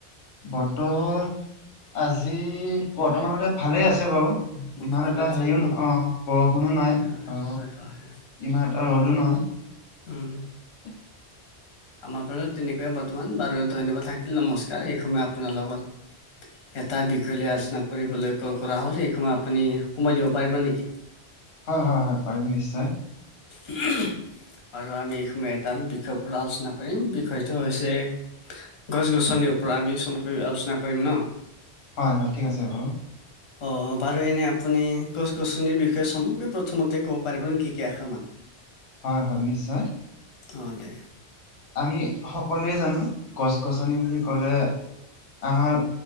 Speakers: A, on the left; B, on the left.
A: বতৰ আজি, বৰ্তমানলৈ ভালেই আছে বাৰু।
B: বতৰ
A: ইমান
B: ভালে
A: এটা
B: আছে
A: হেৰিও
B: ন
A: নহয়, বৰষুণো নাই।
B: হয়
A: অ,
B: হয় হয় হয় হয়।
A: ইমান এটা ৰ'দো নাই।
B: উম,
A: <inaudible>
B: আমাৰ ফালেও তেনেকুৱাই বৰ্তমান বাৰু ধন্যবাদ থাকিল, নমস্কাৰ এই সময় আপোনাৰ লগত। এটা বিষয় লৈ আলোচনা কৰিবলৈ ক'ল কৰা হ'ল, এই সময় আপুনি সময় দিব পাৰিব নেকি?
A: হয়, হয়, হয় পাৰিম নিশ্চয়।
B: <unintelligible> বাৰু আমি এই সময় এটা বিষয়ৰ পৰা আলোচনা কৰিম বিষয়টো হৈছে গছ-গছনিৰ ওপৰত আমি চমুকৈ আলোচনা কৰিম ন,
A: হয়, হয় ঠিক আছে বাৰু।
B: অ, বাৰু এনে আপুনি গছ-গছনিৰ বিষয়ে চমুকৈ প্ৰথমতে ক'ব পাৰিব নেকি? কেইআখৰমান।
A: হয়, হয়, নিশ্চয়।
B: অ, দে।
A: আমি সকলোৱে জানো গছ-গছনি বুলি ক'লে আমাৰ